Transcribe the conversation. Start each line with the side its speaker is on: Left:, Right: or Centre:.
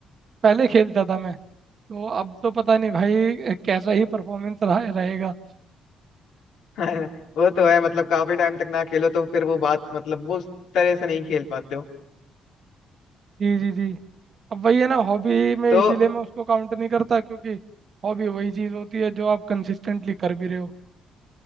Right: पहले खेलता था मैं तो अब तो पता नहीं भाई कैसा ही परफॉर्मेंस रहा रहेगा
Left: <laughs> वो तो है मतलब काफी टाइम तक ना खेलो तो फिर वो बात मतलब वो उस तरह से नहीं खेल पाते हो
Right: जी जी जी अब वही है ना हॉबी में
Left: तो
Right: इसीलिए मैं उसको काउंट नहीं करता क्योंकि हॉबी वही चीज़ होती है जो आप कंसिस्टेंटली कर भी रहे हो